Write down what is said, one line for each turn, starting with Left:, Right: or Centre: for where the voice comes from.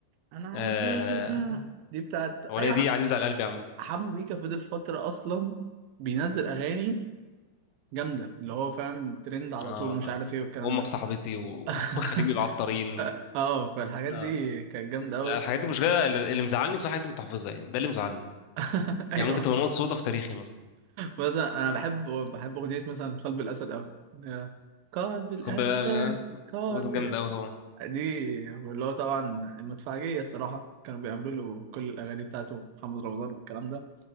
Right: انا
Left: آه،
Right: حبيتك بقى. دي بتاعت
Left: الأغنية
Right: ايوه
Left: دي عزيزة على قلبي عامة
Right: حمو بيكا فضل فتره اصلا بينزل اغاني جامده اللي هو فاهم ترند على
Left: اه
Right: طول ومش
Left: والله
Right: عارف ايه والكلام
Left: وأمك
Right: ده
Left: صاحبتي و-
Right: <laughs>
Left: <laughs> وخليج العطارين
Right: اه فالحاجات
Left: آه.
Right: دي كانت جامده قوي
Left: لا، الحاجات دي مش جاية اللي اللي مزعلني بصراحة الحاجات دي كنت حافظها يعني ده اللي مزعلني
Right: <laughs> ايوه
Left: يعني ممكن تبقى نقطة سودا في تاريخي مثلا
Right: مثلا انا بحب بحب اغنيه مثلا قلب الاسد قوي قلب الاسد
Left: كوبا لا لا
Right: قلب
Left: لا، بس جامدة أوي طبعا
Right: دي اللي هو طبعا المدفعجيه الصراحه كانوا بيعملوا له كل الاغاني بتاعته محمد رمضان والكلام ده